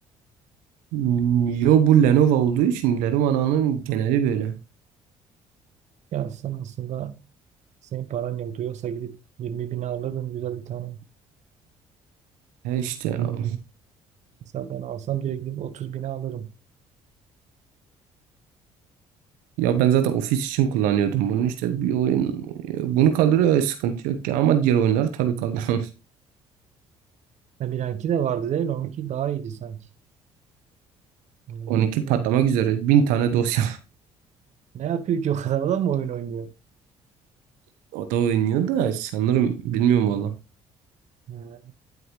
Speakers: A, on the right; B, on the right.
A: Hmm, Yo bu Lenovo olduğu için Lenovo'nun geneli böyle.
B: Ya sen aslında senin paran yoktu yoksa gidip 20 bine alırdın güzel bir tane.
A: He işte ya. Hmm.
B: Mesela ben alsam direkt gidip 30 bine alırım.
A: ya ben zaten ofis için kullanıyordum bunu işte bir oyun e, bunu kaldırıyor sıkıntı yok ki ama diğer oyunları tabii kaldıramaz.
B: Ha, Bilenki de vardı değil. Onunki daha iyiydi sanki.
A: <laughs>
B: Bilenki
A: on iki
B: de
A: patlamak
B: var.
A: üzere bin tane dosya
B: Ne yapıyor ki o kadar adam oyun oynuyor?
A: <laughs> o da oynuyor da sanırım bilmiyorum valla.
B: Ha,